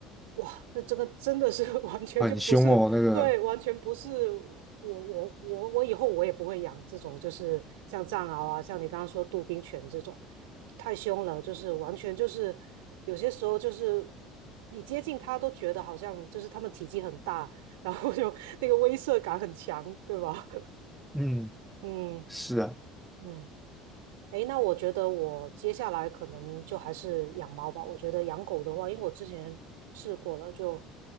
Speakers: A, on the right; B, in the centre.
A: 哇，那这个真的是 <laughs> 完全就不是，
B: 很凶哦那个，
A: 对，完全不是我我我我以后我也不会养这种，就是像藏獒啊，像你刚刚说杜宾犬这种，太凶了，就是完全就是有些时候就是你接近它都觉得好像就是它们体积很大，然后就 <laughs> 那个威慑感很强，对吧？
B: 嗯，
A: <laughs> 嗯
B: 是啊。
A: 嗯。诶，那我觉得我接下来可能就还是养猫吧。我觉得养狗的话，因为我之前试过了，就